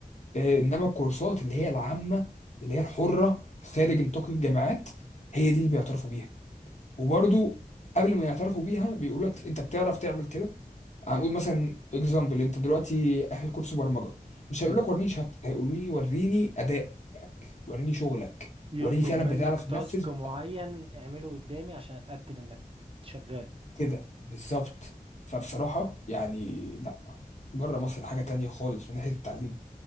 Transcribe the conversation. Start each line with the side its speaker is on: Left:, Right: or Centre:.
Left: آه، انما الكورسات اللي هي العامه اللي هي الحره خارج
Right: مم.
Left: نطاق الجامعات هي دي اللي بيعترفوا بيها وبرضو قبل ما يعترفوا بيها بيقول لك انت بتعرف تعمل كده هنقول مثلا اكزامبل انت دلوقتي اخد كورس برمجه مش
Right: حلو
Left: هيقول لك وريني شهادتك هيقول لي وريني ادائك وريني شغلك
Right: يطلب
Left: وريني فعلا
Right: منك
Left: بتعرف
Right: تاسك
Left: تنفذ
Right: معين اعمله قدامي عشان اتاكد انك شغال
Left: كده بالظبط فبصراحه يعني لا بره مصر حاجه تانية خالص من ناحيه التعليم